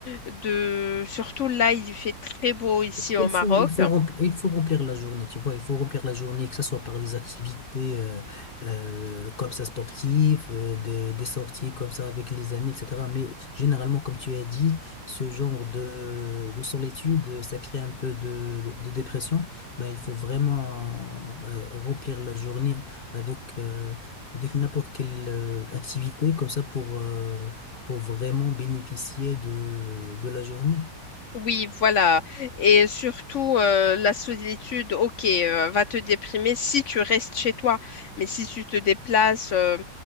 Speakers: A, on the left; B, on the left.
A: de, surtout là, il fait très beau ici au
B: Il
A: Maroc.
B: faut, il faut remplir, il faut remplir la journée, tu vois, il faut remplir la journée, que ce soit par des activités euh, euh, comme ça sportives, euh, des, des sorties comme ça avec les amis, etc. Mais généralement, comme tu as dit, ce genre de, de solitude, ça crée un peu de, de dépression. Ben, il faut vraiment euh, remplir la journée avec, euh, avec n'importe quelle euh, activité comme ça pour, euh, pour vraiment bénéficier de, de la journée.
A: Oui, voilà. Et surtout, euh, la solitude, ok, euh, va te déprimer si tu restes chez toi. Mais si tu te déplaces euh,